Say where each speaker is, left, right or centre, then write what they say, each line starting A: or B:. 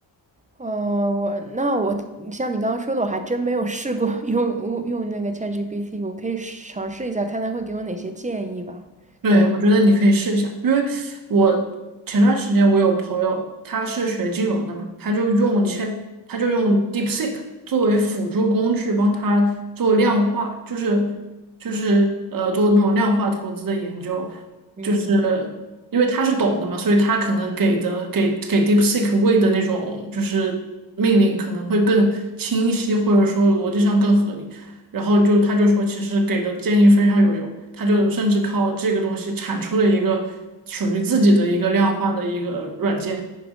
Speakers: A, on the right; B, on the right.
A: 呃，我那我像你刚刚说的，我还真没有试过 <laughs> 用用那个 ChatGPT，我可以尝试一下，看它会给我哪些建议吧。
B: 对，
A: 对，
B: 我觉得你可以试一下，因为我前段时间我有朋友，他是学金融的嘛，他就用千，
A: 嗯
B: 他就用 DeepSeek 作为辅助工具，帮他做量化，就是就是呃做那种量化投资的研究，
A: 嗯，
B: 就是因为他是懂的嘛，所以他可能给的给给 DeepSeek 喂的那种就是命令可能会更清晰，或者说逻辑上更合理。然后就他就说，其实给的建议非常有用，他就甚至靠这个东西产出了一个属于自己的一个量化的一个软件，